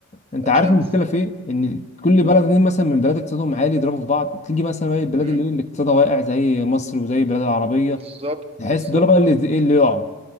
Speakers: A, on the left; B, on the right.
A: انت
B: تبقى
A: عارف
B: شمس
A: المشكله في ايه ان كل
B: مم.
A: بلد دي مثلا من بلاد اقتصادهم عالي يضربوا في بعض تيجي مثلا بقى البلاد
B: مم.
A: اللي إيه اللي اقتصادها واقع زي مصر وزي البلاد العربيه
B: بالظبط
A: تحس
B: بالظبط
A: دول بقى اللي
B: كده
A: ايه اللي يقعوا